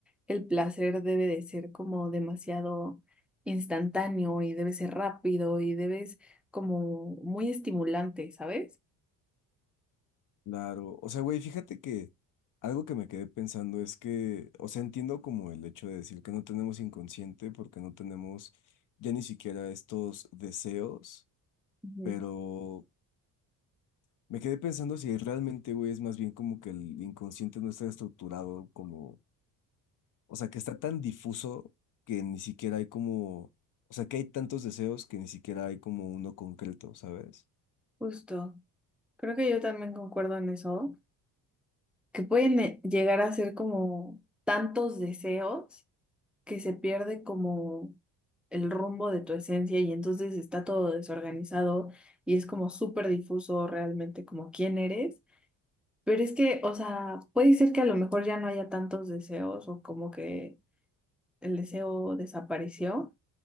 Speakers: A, in the centre; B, on the left (about 50°).
A: el placer debe de ser como demasiado instantáneo y debe ser rápido y debes como muy estimulante, ¿sabes?
B: Claro. O sea, güey, fíjate que algo que me quedé pensando es que, o sea, entiendo como el hecho de decir que no tenemos inconsciente porque no tenemos ya ni siquiera estos deseos
A: Ujú.
B: Pero me quedé pensando si realmente, güey, es más bien como que el inconsciente no está estructurado como, o sea, que está tan difuso que ni siquiera hay como, o sea, que hay tantos deseos que ni siquiera hay como uno concreto, ¿sabes?
A: Justo. Creo que yo también concuerdo en eso, que pueden eh, llegar a ser como tantos deseos que se pierde como el rumbo de tu esencia y entonces está todo desorganizado y es como súper difuso realmente como quién eres. Pero es que, o sea, puede ser que a lo mejor ya no haya tantos deseos o como que el deseo desapareció